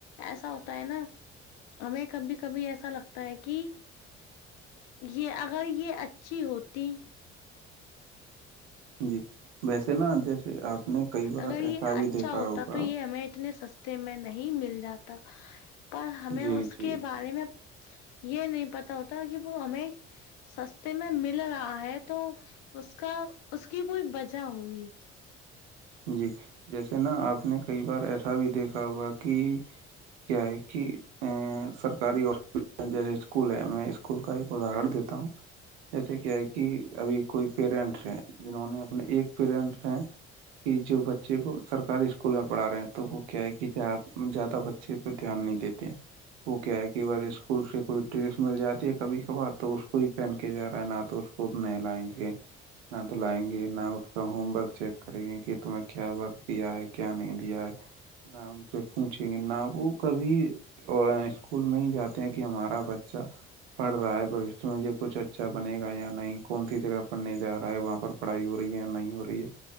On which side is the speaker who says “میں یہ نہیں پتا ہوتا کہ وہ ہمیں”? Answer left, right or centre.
Left